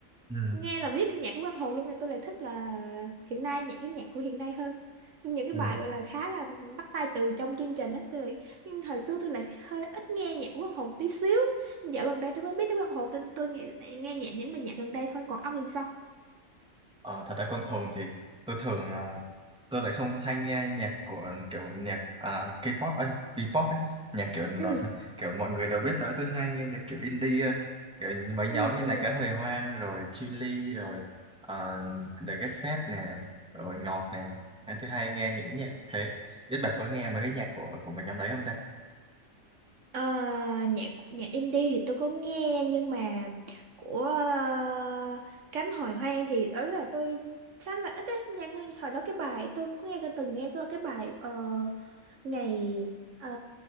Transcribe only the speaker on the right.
nghe là biết cái nhạc của Quang Hùng luôn nhưng tôi lại thích là hiện nay nhạc cái nhạc của hiện nay hơn những cái
bài gọi là khá là bắt tai từ trong chương trình á tôi lại nhưng hồi xưa tôi lại hơi ít nghe nhạc của Quang Hùng tí xíu Nhưng dạo gần đây tôi mới biết tới Quang Hùng tôi tôi nghĩ nghe nhạc những bài nhạc gần đây thôi còn ông thì sao
Ừ,
ừ,
ừ.
Ờ, nhạc nhạc indie thì tôi có nghe nhưng mà của ờ, Cánh Hồi Hoang thì đó là tôi khá là ít ấy. Nhạc hồi đó cái bài tôi có nghe từng nghe qua cái bài ờ, ngày ờ,